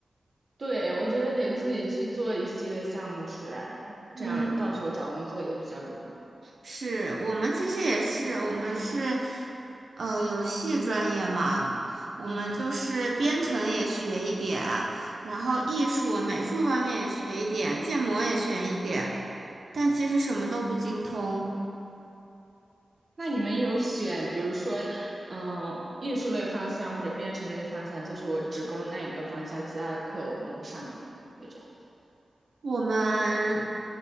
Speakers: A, on the right; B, on the right.
A: 对，我觉得得自己去做一些项目出来，
B: 嗯，
A: 这样到时候找工作也比较容易，
B: 是我们其实也是，我们是呃游戏专业嘛，我们就是编程也学一点，
A: 嗯。
B: 然后艺术、美术方面也学一点，建模也学一点，但其实什么都不精通。
A: 那你们有选，比如说，嗯，艺术类方向或者编程类方向，就是我只攻那一个方向，其他的课我都不上那种。
B: 我们